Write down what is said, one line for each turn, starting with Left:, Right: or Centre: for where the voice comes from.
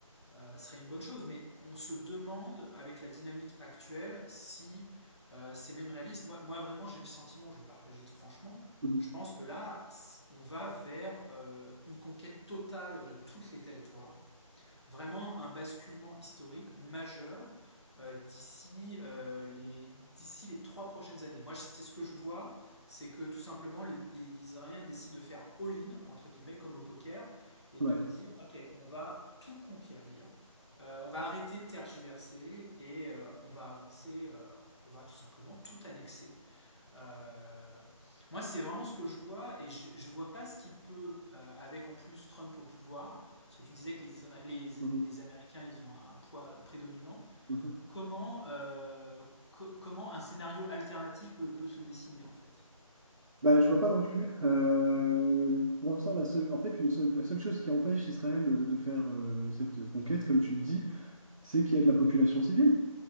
Left: euh, serait une bonne chose, mais on se demande, avec la dynamique actuelle, si euh, c'est même réaliste. Moi, moi, vraiment, j'ai le sentiment, je vais partager de franchement,
Right: Mhm.
Left: je pense que là, c- on va vers euh, une conquête totale de tous les territoires vraiment un basculement historique majeur euh, d'ici euh, les, d'ici les trois prochaines années. Moi, c'est ce que je vois, c'est que tout simplement, le- les, Israéliens décident de faire all-in, entre guillemets, comme au poker, et
Right: Ouais.
Left: de dire, OK, on va tout conquérir, euh, on va arrêter de tergiverser, et euh, on va avancer, euh, on va tout simplement tout annexer. Euh, moi, c'est vraiment ce que je vois, et je, je vois pas ce qui peut, euh, avec en plus Trump au pouvoir, parce que tu disais que les, Isra- les,
Right: Mhm.
Left: les Américains, ils ont un, un poids euh, prédominant,
Right: Mhm.
Left: comment, euh, co- comment un scénario alternatif peut, peut se dessiner, en fait?
Right: Bah, je vois pas non plus. Euh, pour l'instant, la seule, en fait, le seul- la seule chose qui empêche Israël euh, de faire euh, cette conquête, comme tu le dis, c'est qu'il y a de la population civile.